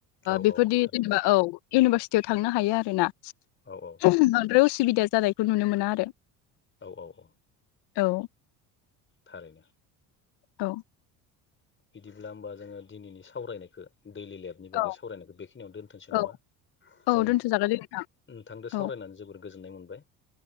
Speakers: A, on the left; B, on the left.
A: औ
B: बेफोरदि
A: औ थारैनो
B: जेनेबा औ इउनिभर्सिटियाव था हायो आरोना
A: औ औ
B: बांदाय उसुबिदा जानाय बेखौ नुनो मोना आरो।
A: औ औ औ
B: औ
A: थारैनो
B: औ
A: बिदिब्ला होमबा जोङो दिनैनि सावरायनायखो दैलि लाइफनि बागै
B: औ
A: सावरायनायखौ बेखिनियावनो दोनथोंसै नामा
B: औ
A: जों
B: औ
A: नोंथांजों
B: दोनथ'जागोन दे नोंथां औ
A: सावरायनानै जोबोर गोजोननाय मोनबाय।